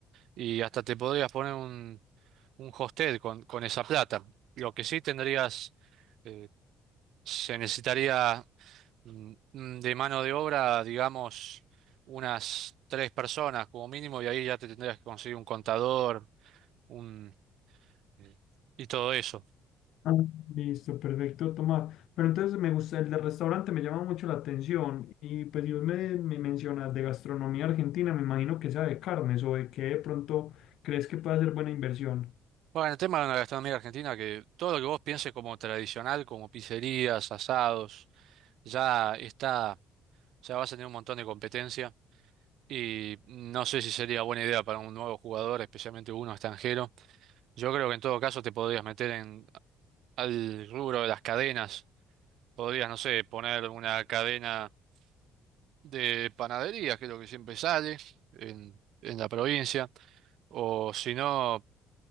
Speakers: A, on the right (about 60°); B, on the left (about 60°).
A: y hasta te podrías poner un, un hostel con, con esa plata. Lo que sí tendrías, eh, se necesitaría mm, mm, de mano de obra, digamos, unas tres personas como mínimo, y ahí ya te tendrías que conseguir un contador, un eh, y todo eso.
B: Ah, Listo, perfecto, Tomás. Pero entonces me gusta, el de restaurante me llama mucho la atención y pues Dios me, me mencionas de gastronomía argentina, me imagino que sea de carnes o de qué de pronto crees que puede ser buena inversión.
A: Bueno, el tema de la gastronomía argentina, que todo lo que vos pienses como tradicional, como pizzerías, asados, ya está, ya vas a tener un montón de competencia. Y no sé si sería buena idea para un nuevo jugador, especialmente uno extranjero. Yo creo que en todo caso te podrías meter en al rubro de las cadenas. Podrías, no sé, poner una cadena de panadería, que es lo que siempre sale en, en la provincia. O si no,